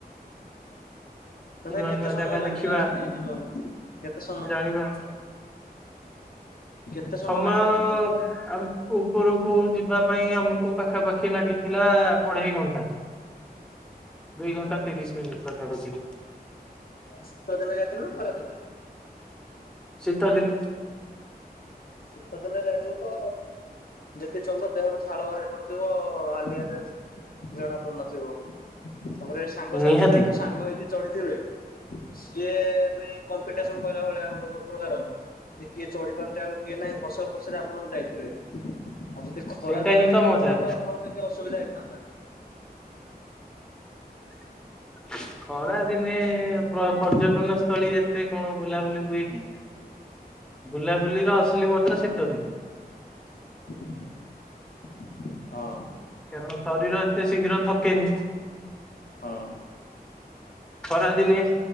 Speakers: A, on the left; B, in the centre.
A: ତଥାପି
B: ନୂଆ
A: କେତେ
B: ନୂଆ
A: ସମୟ
B: ଜାଗା
A: ଲାଗିଲା,
B: ଦେଖିବା
A: ସେଠିକି ଯିବାକୁ? କେତେ ସମ
B: ଜୀବା
A: କେତେ
B: ସମୟ
A: ଲାଗିଲା
B: ଆଉ
A: ଯିବାକୁ?
B: ଉପରକୁ ଯିବା ପାଇଁ ଆମକୁ ପାଖାପାଖି ଲାଗିଥିଲା, ଅଢ଼େଇ ଘଣ୍ଟା।
A: <inaudible>
B: ଦୁଇ ଘଣ୍ଟା ତିରିଶ ମିନିଟ ପାଖାପାଖି।
A: ସିତ ଦିନ ଯାଇଥିଲୁ ନା ଖରା ଦିନେ?
B: ଶୀତ ଦିନୀ।
A: ଶୀତ ଦିନେ ରେ ତୁ ତ, ଯେତିକି ଚାଲିଲୁ ଦେହରୁ ଝାଳ ବାହାରି ପଡ଼ିଥିବ। ଯୋଉ ହାଲିଆ ଟା, ଜଣା ପଡ଼ୁ ନଥିବ ତାପରେ ସାଙ୍ଗ
B: ନିହାତି
A: ସାଥିରେ, ଯୋଉ ସାଙ୍ଗ ହେଇକି ଚଳିଥିବେ, ସିଏ ମେଏ କମ୍ପିଟିସନ୍ କହିଲା ଭଳିଆ, ଆଉ ଯୋଉ ପ୍ରକାର, ଯେ କିଏ ଚଢି଼ ପାରୁଛି ଆଉ କିଏ ନାହିଁ ହସ ଖୁସିରେ ଆପଣ ଯାଇଥିବେ ଆଉ ଯଦି ଖରା
B: ସେଇଟା
A: ଦିନ
B: ହିଁ
A: ହେଇଥାନ୍ତା
B: ତ ମଜା।
A: ହୁଏତ ଆପଣ ଟିକେ ଅସୁବଧା ହେଇଥାନ୍ତା।
B: <inaudible> ଖରାଦିନେ ପ୍ର ପର୍ଯ୍ୟଟନ ସ୍ଥଳୀ ଏତେ କଣ ବୁଲାବୁଲି ହୁଏ କି ବୁଲାବୁଲି ର ଅସଲି ମଜା ଶୀତ ଦିନେ।
A: <inaudible> ହଁ।
B: କାରଣ ଶରୀର ଏତେ ଶୀଘ୍ର ଥକେନି।
A: ହଁ।
B: ଖରାଦିନେ